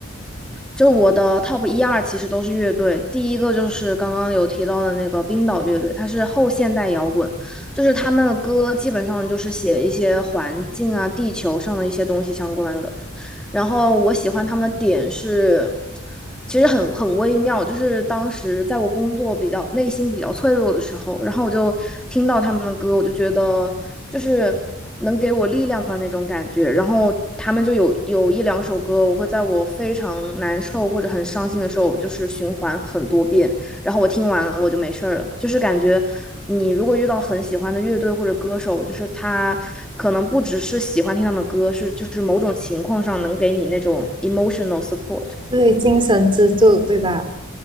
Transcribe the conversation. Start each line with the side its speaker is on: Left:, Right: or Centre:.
Centre: 就我的 top 一二其实都是乐队，第一个就是刚刚有提到的那个冰岛乐队，它是后现代摇滚，就是他们的歌基本上就是写一些环境啊、地球上的一些东西相关的。然后我喜欢他们的点是，其实很很微妙，就是当时在我工作比较内心比较脆弱的时候，然后我就听到他们的歌，我就觉得就是能给我力量的那种感觉。然后他们就有有一两首歌，我会在我非常难受或者很伤心的时候，就是循环很多遍。然后我听完了我就没事儿了，就是感觉。你如果遇到很喜欢的乐队或者歌手，就是他可能不只是喜欢听他们歌，是就是某种情况上能给你那种 emotional support。
Right: 对，精神支柱，对吧？